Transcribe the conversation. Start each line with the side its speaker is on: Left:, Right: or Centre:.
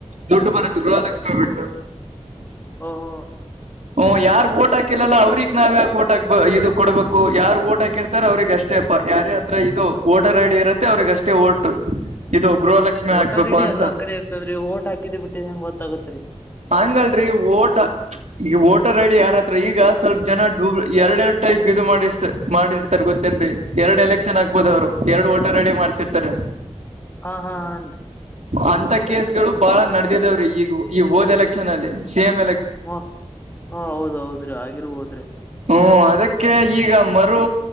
Right: ದುಡ್ಡು ಬರುತ್ತೆ ಗೃಹಲಕ್ಷ್ಮಿ ಬಿಟ್ಟು
Left: ಓಹೋ
Right: ಹ್ಮ್ ಯಾರ್ ಓಟ್ ಹಾಕಿಲ್ಲಲ್ಲ ಅವ್ರಿಗ್ ನಾವಯಕ ಓಟಾಕ್ ಇದು ಕೊಡ್ಬೇಕು ಯಾರ್ ಓಟ್ ಹಾಕಿರ್ತಾರ ಅವ್ರಗ್ ಅಷ್ಟೇ ಅ ಯಾರ ಹತ್ರ ಇದು ಓಟರ್ ಐಡಿ ಇರುತ್ತೆ ಅವ್ರಗಷ್ಟೇ ಓಟ್ ಇದು ಗೃಹಲಕ್ಷ್ಮಿ
Left: ಓಟರ್
Right: ಹಾಕ್ಬೇಕು
Left: ರೆಡಿ
Right: ಅಂತ
Left: ಎಲ್ಲಾರ್ ಕಡೆ ಇರ್ತದ್ರೀ ಓಟ್ ಹಾಕಿದ್ ಬಿಟ್ಟಿದ ಹೆಂಗ ಗೊತ್ತಾಗತ್ರಿ
Right: ಹಂಗಲ್ರರಿ ಓಟ ಈಗ ವೋಟರ್ ಐಡಿ ಯಾರತ್ರ ಈಗ ಸ್ವಲ್ಪ ಜನ ಡೂ ಎರಡೆ ಎರಡು ಟೈಪ್ ಇದು ಮಾಡಿಸ್ ಮಾಡಿರ್ತಾರೆ ಗೊತ್ತ ಏನ್ರಿ ಎರಡ್ ಎಲೆಕ್ಷನ್ ಆಗ್ಬೋದ ಅವ್ರು ಎರಡು ಓಟರ್ ಐಡಿ ಮಾಡ್ಸಿರ್ತಾರೆ
Left: ಹಾ ಹಾ ಹಾನ್ರಿ
Right: ಅಂತ ಕೇಸ್ ಗಳು ಬಾಳ ನಡೆದಿದಾವ್ರೀ ಈಗ ಈ ಹೋದ್ ಎಲೆಕ್ಷನ್ ನಲ್ಲಿ ಸೇಮ್
Left: ಹು ಹಾ ಹೌದ್ ಹೌದ್ರಿ ಆಗಿರ್ಬೋದ್ರಿ
Right: ಹ್ಮ್ ಅದಕ್ಕೆ ಈಗ ಮರು